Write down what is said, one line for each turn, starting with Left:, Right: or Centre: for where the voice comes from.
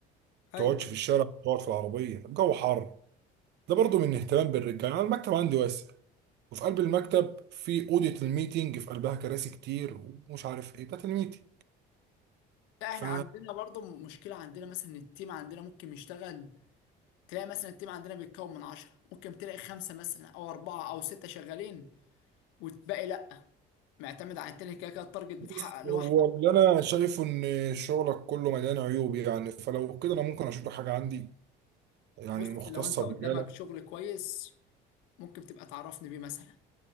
Left: ايوه
Right: تقعدش في
Left: أيوة.
Right: الشارع ما تقعد في العربيه الجو حر ده برضو من اهتمام بالرجاله يعني المكتب عندي واسع وفي قلب المكتب في اوضه الميتينج في قلبها كراسي كتير ومش عارف ايه بتاعت الميتينج
Left: لا
Right: ف
Left: احنا عندنا برضه مشكله عندنا مثلا إن التيم عندنا ممكن يشتغل تلاقي مثلا التيم عندنا بيتكون من عشرة ممكن تلاقي خمسه مثلا او اربعه او سته شغالين والباقي لا معتمد على التاني كده كده التارجت بيتحقق
Right: بص،
Left: لوحده
Right: هو اللي انا شايفه ان شغلك كله مليان عيوب يعني فلو كده انا ممكن اشوف لك حاجه عندي يعني
Left: بص
Right: مختصه
Left: لو انت قدامك
Right: بمجالك
Left: شغل كويس ممكن تبقى تعرفني بيه مثلا